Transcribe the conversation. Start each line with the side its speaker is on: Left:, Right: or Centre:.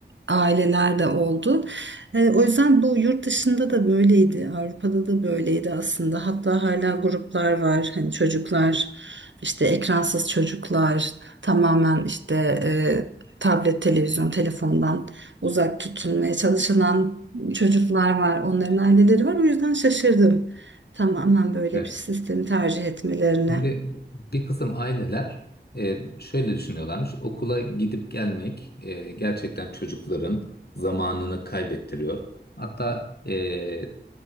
Right: aileler de oldu. E, o yüzden bu yurt dışında da böyleydi. Avrupa'da da böyleydi aslında. Hatta hala gruplar var. Hani çocuklar işte ekransız çocuklar tamamen işte e, tablet, televizyon, telefondan uzak tutulmaya çalışılan çocuklar var, onların aileleri var. O yüzden şaşırdım. Tamamen böyle
Left: Evet.
Right: bir sistemi tercih etmelerine.
Left: Şimdi bir kısım aileler e, şöyle düşünüyorlarmış. Okula gidip gelmek e, gerçekten çocukların zamanını kaybettiriyor. Hatta e,